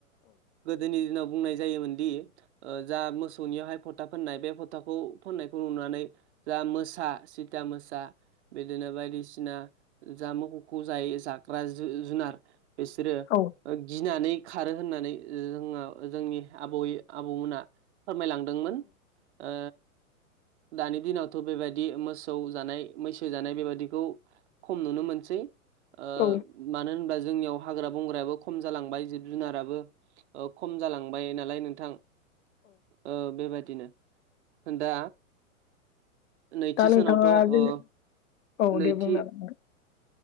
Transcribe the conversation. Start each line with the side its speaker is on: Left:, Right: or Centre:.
Right: गोदोनि दिनाव बुंनाय जायोमोनदि जा मोसौनियावहाय फ'था फोननाय बे फ'थाखौ फाननायखौ नुनानै जा मोसा सिता मोसा बिदिनो बायदिसिना जा मोसौखौ जाय जाग्रा जुनार बिसोरो
Left: औ
Right: ओ गिनानै खारो होननानै जोंहा जोंनि आबै आबौमोना फोरमायलांदोंमोन ओ दानि दिनावथ' बेबायदि मोसौ जानाय मैसो जानाय बेबायाददिखौ खम नुनो मोनसै आ
Left: औ
Right: मानो होनबा जोंनियाव हाग्रा बंग्रायाबो खम जालांबाय जिब जुनाराबो ओ खम जालांबाय नालाय नोंथां औ बेबायदिनो होन दा नैथि
Left: दा नोंथाङा
Right: सानावथ' ओ
Left: जेन औ
Right: नैथि
Left: दे बुंनो हागोन नोंथां।